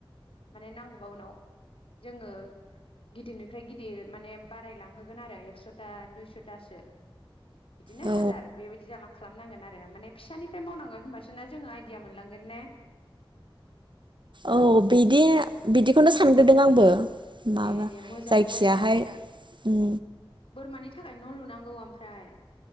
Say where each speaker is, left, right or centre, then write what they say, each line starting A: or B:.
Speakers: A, on the left; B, on the right.
A: माने नांगौबा उनाव जोङो गिदिरनिफ्राय गिदिर माने बारायलांहोगोन आरो एकसथा दुइसथासो। बिदिनो
B: औ
A: हाजार बेबायदि जालां खालामनांगोन आरो माने फिसानिफ्राय मावनांगोन होनबासना जोंहा आइ दिया मोन लांगोन ने
B: औ बिदि बिदिखौनो सानग्रोदों आंबो माबा
A: दे दे मोजाङानो
B: जायखिजायाहाय
A: जादों
B: उम
A: बोरमानि थाखाय न लुना नांगौ ओमफ्राय